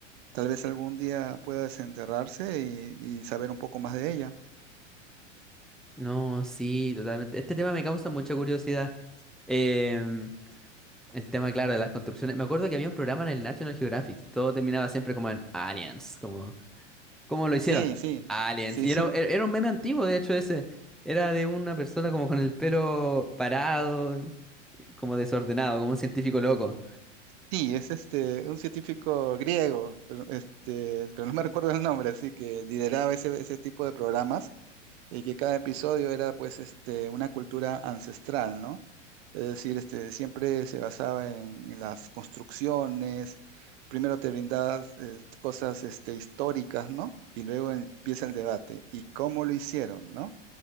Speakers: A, on the right; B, in the centre.
A: Tal vez algún día pueda desenterrarse y, y saber un poco más de ella.
B: No, sí, totalmente. Este tema me causa mucha curiosidad. Em, el tema, claro, de las construcciones. Me acuerdo que había un programa en el National Geographic. Todo terminaba siempre como en aliens, como ¿Cómo lo hicieron?
A: Sí, sí,
B: <laughs> Aliens.
A: sí.
B: Y era, era
A: <laughs>
B: era un meme antiguo, de hecho, ese. Era de una persona como con el pelo parado, como desordenado, como un científico loco.
A: Sí, es este, un científico griego, pero, este, pero no me <laughs> recuerdo el nombre, así que lideraba ese, ese tipo de programas y que cada episodio era pues este, una cultura ancestral, ¿no? Es decir, este, siempre se basaba en, en las construcciones, primero te brindaba eh, cosas este, históricas, ¿no? Y luego empieza el debate, ¿y cómo lo hicieron, ¿no?